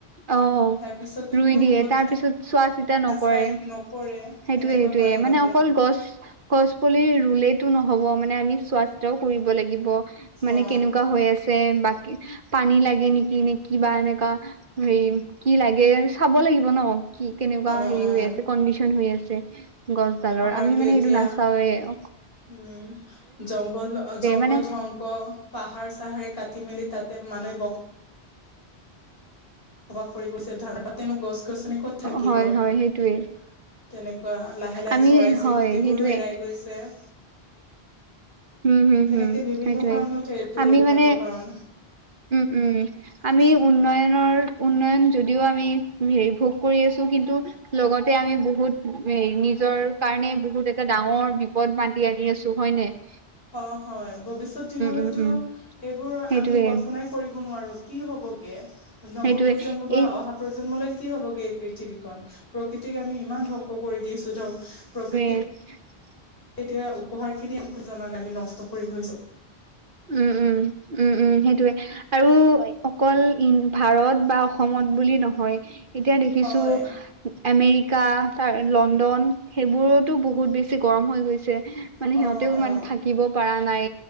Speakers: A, on the right; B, on the left.
A: অঁ!
B: তাৰ পিছততো
A: ৰুই
B: কোনো
A: দিয়ে।
B: উভতি
A: তাৰ পিছত চোৱা চিতা নকৰে।
B: নাচায়
A: <unintelligible>
B: নকৰে
A: সেইটোৱে-সেইটোৱে
B: তেনেকুৱা কাৰণতে
A: মানে অকল গছ-গছ পুলি ৰুলেইটো নহ'ব মানে আমি <inaudible> চোৱা-চিতাও কৰিব লাগিব মানে
B: অ
A: কেনেকুৱা হৈ আছে বা <inaudible> পানী লাগে নেকি নে কি বা এনেকা হেৰি কি লাগে চাব লাগিব ন। <inaudible> কি <unintelligible> কেনেকুৱা
B: অ অ
A: হেৰি হৈ আছে কণ্ডিশন হৈ আছে। গছডালৰ
B: আমাৰতো
A: আমি মানে
B: এতিয়া
A: এইটো নাচাওঁৱেই। <inaudible>
B: উম! জংগল জংল
A: মানে
B: <unintelligible> আকৌ পাহাৰ-চাহাৰে কাটি মেলি তাতে মানুহে বস- <inaudible> বসবাস কৰিব ধৰিছে। তাতেনো গছ-গছনি ক'ত থাকিব?
A: হয় হয় সেইটোয়ে
B: <inaudible> তেনেকুৱা, লাহে-লাহে
A: আমি
B: চৰাই-চিৰিকটিবোৰো
A: হয় সেইটোয়ে
B: এৰাই গৈছে। <inaudible>
A: হুম-হুম-হুম!
B: তেনেকে বিভিন্ন
A: সেইটোৱেই
B: কাৰণত সেইটো
A: আমি
B: উত্তাপৰ
A: মানে
B: কাৰণ
A: উম-উম। <inaudible> আমি উন্নয়নৰ উন্নয়ন যদিও আমি হেৰি ভোগ কৰি আছো কিন্তু <inaudible> লগতে আমি বহুত নিজৰ কাৰণে বহুত <inaudible> এটা ডাঙৰ বিপদ মাতি আনি আছোঁ হয় নে নাই? <unintelligible>
B: অঁ হয়। ভৱিষ্যত দিনলৈতো
A: উম, উম,
B: এইবোৰ
A: সেইটোয়ে
B: আমি কল্পনাই <inaudible> কৰিব নোৱাৰোঁ কি হ'বগে নৱ
A: সেইটোয়ে
B: প্ৰজন্ম বা
A: এই
B: অহা প্ৰজন্মলৈ কি হ'বগৈ। <inaudible> পৃথিৱীখন। প্ৰকৃতিক আমি ইমান ধ্বংস কৰি দিছোঁ ধৰ প্ৰকৃতি
A: <unintelligible>
B: <inaudible> তেতিয়া, উপহাৰ কি দিম একো জনা নাই আমি নষ্ট কৰি গৈছোঁ। <inaudible>
A: উম-উম-উম-উম! সেইটোৱে। <unintelligible> আৰু অকল ভাৰত বা অসমত বুলি নহয়। এতিয়া দেখিছোঁ।
B: হয়
A: আমেৰিকা তাৰ লণ্ডন সেইবোৰোতো বহুত বেছি গৰম হৈ গৈছে। মানে সিহঁতেও
B: অ অ
A: মানে থাকিব পৰা নাই